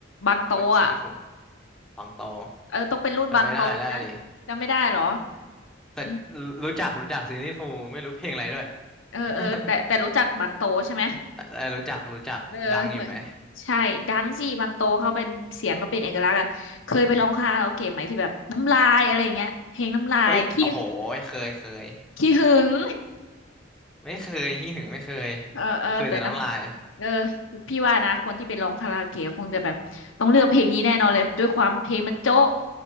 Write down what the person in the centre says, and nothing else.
โอ้ยซีลี่ฟู ตองโต
จำไม่ได้แล้วดิ
แต่
รู้จักรู้จักซีรีส์ฟูไม่รู้เพลงอะไรด้วย
<laughs> เออรู้จักรู้จักดังอยู่ไหม
เอ้ยโอ้โหเคยเคย
ไม่เคยขี้หึงไม่เคย
เคยแต่น้ำลาย